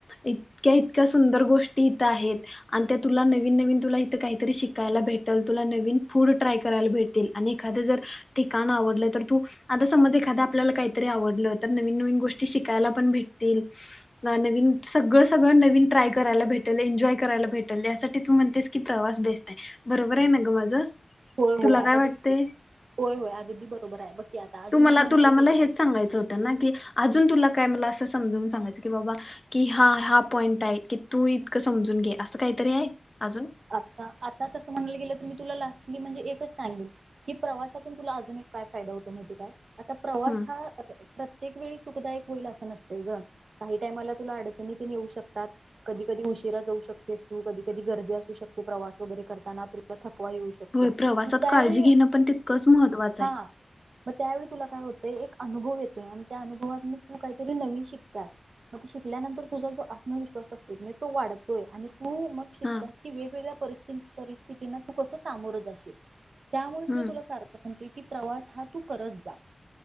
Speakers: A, on the left; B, on the right.
A: इतक्या इतक्या सुंदर गोष्टी इथं आहेत आणि त्या तुला नवीन नवीन तुला इथ काहीतरी शिकायला भेटल तुला नवीन फूड ट्राय करायला भेटतील आणि एखादं जर ठिकाण आवडलं तर तू आता समज एखाद आपल्याला काहीतरी आवडलं तर नवीन नवीन गोष्टी शिकायला पण भेट तील नवीन सगळं सगळं नवीन ट्राय करायला भेटल एन्जॉय करायला भेटल यासाठी तू म्हणतेस की प्रवास बेस्ट आहे बरोबर आहे न गं माझं?
B: होय
A: तुला
B: होय आता
A: काय वाटतय?
B: बघ की होय होय अगदी बरोबर आहे बघकी आता अजून
A: तु मला
B: एक म्हणाले
A: तुला मला
B: गेले
A: हेच सांगायचं होत ना की अजुन तुला काय मला अस समजून सांगायच की बाबा की हा हा पॉईंट आहे की तू इतकं समजून घे असं काहीतरी आहे अजून
B: आता आता तसं म्हणायला गेलं तर मी तुला लास्टली म्हणजे एकच सांगेल की प्रवासातून तुला अजून एक काय फायदा होतो माहिती का प्रवास
A: हम्म
B: हा प्रत्येक वेळी सुखदायक होईल असं नसतय ग काही टायमाला तुला अडचणीत पण येेऊ शकतात कधी कधी उशिरा जाऊ शकतेस तू कधी कधी गर्दी अस <unintelligible> प्रवास वगैरे करताना तुला थक थकवा येऊ शकतो
A: होय प्रवासात
B: म त्यावेळी
A: काळजी घेणं पण तितकंच महत्त्वाचं
B: हा
A: आहे
B: म त्यावेळी तुला काय होत ते एक अनुभव येतोय आणि त्या अनुभवातन तू काहीतरी नवीन शिकत्यास मग शिकल्यानंतर तुझा जो आत्मविश्वास असतो की नाय तो वाढतोय आणि तु मग शिका
A: हा
B: वेगवेगळ्या परिस्थिती परिस्थितीन तू कस सामोर जाशील? त्यामुळेच
A: हम्म
B: मी तुला सारखं पण तु कि प्रवास हा तू करत जा.